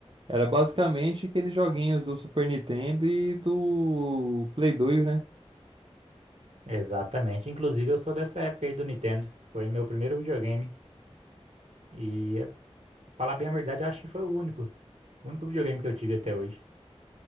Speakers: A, on the right; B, on the right.
A: Era basicamente aqueles joguinhos do Super Nintendo e do Play 2, né?
B: Exatamente. Inclusive, eu sou dessa época aí do Nintendo. Foi meu primeiro videogame e, eh, falar bem a verdade, eu acho que foi o único, o único videogame que eu tive até hoje.